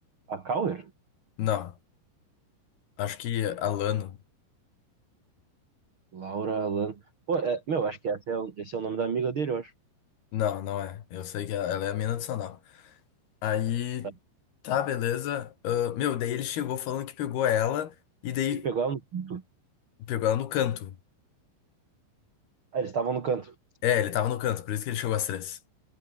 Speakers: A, on the right (about 60°); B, on the left (about 60°).
A: A Cauer?
B: Não, acho que Alano.
A: Laura Alan. Pô, é, meu, acho que esse é, o- esse é o nome da amiga dele, eu acho.
B: Não, não é. Eu sei que ela ela é a mina do Sonal. Aí,
A: Tá.
B: tá, beleza. Ah, meu, daí ele chegou falando que pegou ela e daí
A: Ele pegou ela no canto.
B: pegou ela no canto.
A: Ah, eles estavam no canto.
B: É, ele tava no canto, por isso que ele chegou às três.